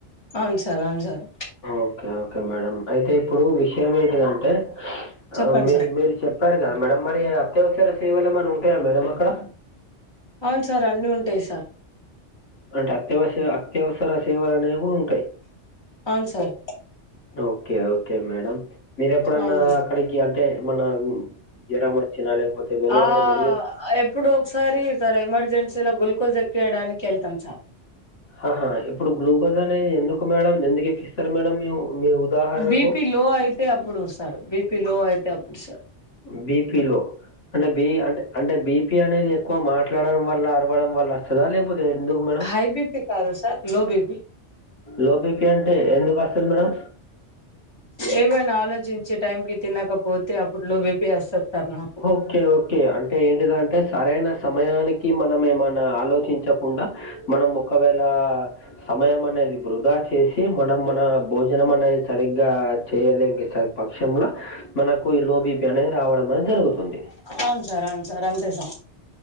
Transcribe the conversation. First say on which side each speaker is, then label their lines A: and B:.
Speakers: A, on the left; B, on the left.
A: అవున్ సార్ అవున్ సార్
B: ఓకే ఓకే మేడం అయితే ఇప్పుడు విషయం ఏంటిదంటే
A: చెప్పండి
B: ఆ మీరు
A: సార్
B: మీరు చెప్ ప్పారు కదా మేడం మరి అత్యవసర సేవలు ఏమన్నా ఉంటాయా మేడం అక్కడ
A: అవున్ సార్ అన్నీ ఉంటాయ్ సార్
B: అంటే అత్యవస అత్యవసర సేవలు అనేవి కూడా ఉంటయ్
A: అవున్ సార్
B: ఓకే ఓకే మేడం మీరు ఎప్పుడన్నా
A: అవును
B: అక్కడిక్ అంటే మనమ్ జ్వరం వచ్చినా లేకపోతే వెళ్ళడం
A: ఆ
B: అని జరిగింది
A: ఎప్పుడో ఒక్సారి సార్ ఎమర్జెన్సీలో గుల్కోస్ ఎక్కియడానికి వెళ్తాం సార్
B: ఆహా ఇప్పుడు గ్లూకోజ్ అనేది ఎందుకు మేడం ఎందుకెక్కిస్తారు మేడం మీ ఉ మీ ఉదాహరణకు
A: బీపీ లో అయితే అప్పుడు సార్ బిపి లో అయితే అప్పుడు సార్
B: బీపి లో అంటే బి అంటే అంటే బిపీ అనేది ఎక్కువ మాట్లాడడం వల్ల అరవడం వల్ల కదా లేక్పోతే ఎందుకు మేడం
A: హై బీపీ కాదు సార్ లో బీపీ
B: లోపి బీ పీ అంటే ఎందుకు అస్తది మేడం
A: ఏవనా ఆలోచించి టైం కి తినకపోతే అప్పుడు లో బీ పీ వస్తది సార్ నాకు
B: ఓకే ఓకే అంటే ఏంటిదంటే సరైన సమయానికి మనం ఏమన్నా ఆలోచించకుండా మనం ఒకవేళ సమయం అనేది వృధా చేసి మనం మన భోజనం అనేది సరిగ్గా చేయలే పక్షంల మనకు ఈ లోబీపీ అనేది రావడం అనేది జరుగుతుంది
A: అవున్ సార్ అవున్ సార్ అంతే సార్